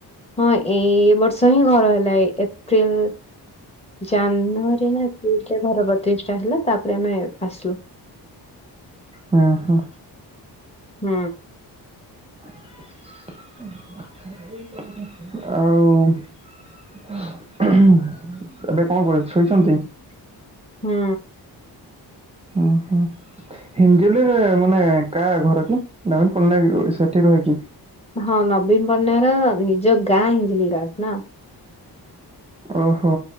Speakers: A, on the left; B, on the right.
A: ହଁ ଏଇ ବର୍ଷ ହିଁ ଘର ହେଲା ଏଇ ଏପ୍ରିଲ୍। ଜାନୁଆରୀ ନା ଏପ୍ରିଲ୍ ରେ ଘର ପ୍ରତିଷ୍ଠା ହେଲା ତା ପରେ ଆମେ ଆସିଲୁ।
B: ହଁ ହଁ।
A: ହୁଁ।
B: ଆଉ। ଏବେ କଣ କରିବେ ସୋଇଛନ୍ତି।
A: ହୁଁ।
B: ଅ ହଁ। ହିଞ୍ଜଲିରେ ମାନେ କା ଘର କି ନବୀନ ପଟ୍ଟନାୟକ ସେଠି ରହେ କି?
A: ହଁ ନବୀନ ପଟ୍ଟନାୟକ ର ନିଜ ଗାଁ ହିଞ୍ଜିଲିଗାଡ଼ ନା।
B: ଓହୋ